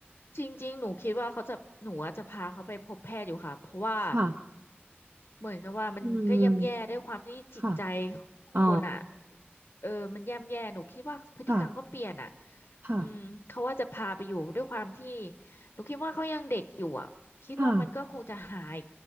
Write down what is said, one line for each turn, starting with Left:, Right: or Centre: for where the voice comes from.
Left: จริงๆหนูคิดว่าเขาจะหนูอะจะพาเขาไปพบแพทย์อยู่ค่ะเพราะว่า
Right: ค่ะ
Left: เหมือนกับว่ามันก็ย่ำแย่ด้วยความที่จิตใจของคนอ่ะ
Right: อืมค่ะอ๋อ
Left: เออมันย่ำแย่หนูคิดว่าพฤติกรรมเขาเปลี่ยนอ่ะ
Right: ค่ะค่ะ
Left: อืมเขาว่าจะพาไปอยู่ด้วยความที่หนูคิดว่าเขายังเด็กอยู่อ่ะคิดว่ามันก็คงจะหาย
Right: ค่ะ